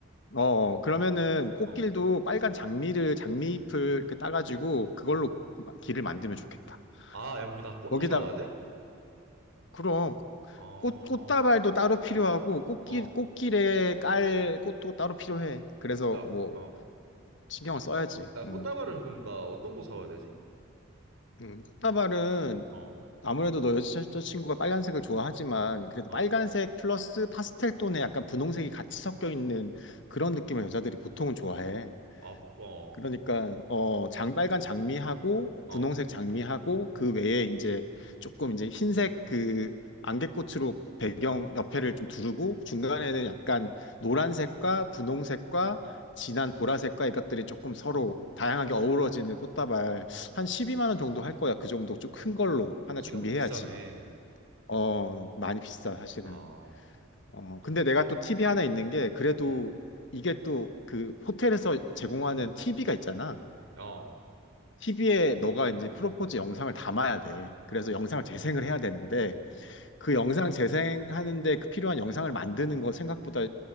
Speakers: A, on the left (about 60°); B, on the right (about 85°).
A: 어, 그러면은 꽃길도
B: 어,
A: 빨간 장미를, 장미잎을 이렇게 따가지고 그걸로 길을 만들면 좋겠다.
B: 아, 야, 그럼 나 꽃도
A: 거기다가,
B: 사와야 돼?
A: 그럼
B: 어,
A: 꽃, 꽃다발도 따로 필요하고 꽃길,
B: 어,
A: 꽃길에 깔 꽃도 따로 필요해. 그래서
B: 야,
A: 뭐
B: 어,
A: 신경을 써야지.
B: 야,
A: 음.
B: 꽃다발은 그럼 나 어떤 거 사와야 되지?
A: 음. 꽃다발은
B: 어,
A: 아무래도 너 여자- 여자친구가 빨간색을 좋아하지만 그래도
B: 어,
A: 빨간색 플러스 파스텔 톤에 약간 분홍색이 같이 섞여 있는 그런 느낌을 여자들이 보통은 좋아해.
B: 어, 어,
A: 그러니까 어 장빨간 장미하고
B: 어,
A: 분홍색 장미하고 그 외에 이제 조금 이제 흰색 그 안개꽃으로 배경 옆에를 좀 두르고 중간에는
B: 음.
A: 약간 노란색과 분홍색과 진한 보라색과 이것들이 조금 서로 다양하게 어우러지는 꽃다발 한 12만 원 정도 할 거야. 그 정도 좀 큰 걸로 하나
B: 어, 생각보다
A: 준비해야지.
B: 비싸네.
A: 어 많이 비싸 사실은.
B: 아,
A: 어
B: 그럼,
A: 근데 내가
B: 그럼,
A: 또 팁이 하나 있는 게 그래도
B: 음,
A: 이게 또 그 호텔에서 제공하는 TV가 있잖아.
B: 어,
A: TV에 너가 이제 프로포즈 영상을 담아야 돼. 그래서 영상을 재생을 해야 되는데 그 영상 재생하는데 그 필요한 영상을 만드는 거 생각보다